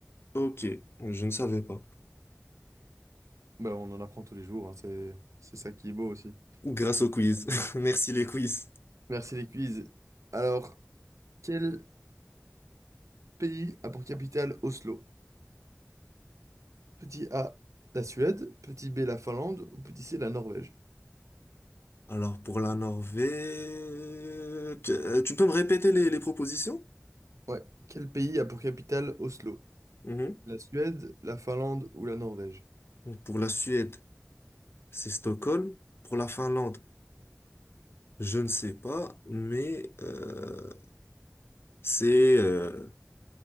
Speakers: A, on the left; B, on the right.
A: Ok, je ne savais pas.
B: Bah, on en apprend tous les jours, hein, c'est c'est ça qui est beau aussi.
A: Grâce au quiz. <laughs> Merci les quiz.
B: Merci les quiz. Alors, quel pays a pour capitale Oslo? Petit A, la Suède, petit B, la Finlande ou petit C, la Norvège?
A: Alors pour la Norvège, tu, euh, tu peux me répéter les, les propositions?
B: Ouais, quel pays a pour capitale Oslo?
A: Mhm.
B: La Suède, la Finlande ou la Norvège?
A: Donc, Pour la Suède, c'est Stockholm. Pour la Finlande, je ne sais pas, mais euh, c'est euh,